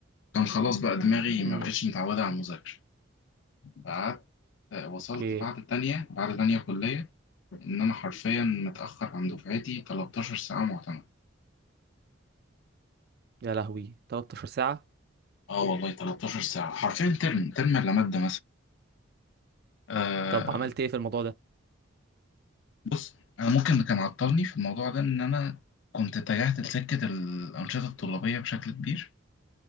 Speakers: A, on the left; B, on the right.
A: كان خلاص بقى دماغي ما
B: امم
A: بقتش متعودة على المذاكرة قعدت وصلت
B: اوكي
A: بعد تانية بعد تانية كلية إن أنا حرفيا متأخر عن دفعتي 13 ساعة معتمد
B: يا لهوي 13 ساعه
A: اه والله 13 ساعة حرفيا ترم ترم إلا مادة مثلا
B: طب عملت ايه في الموضوع ده
A: بص انا ممكن اللي كان عطلني في الموضوع ده ان انا كنت اتجهت لسكه الانشطه الطلابيه بشكل كبير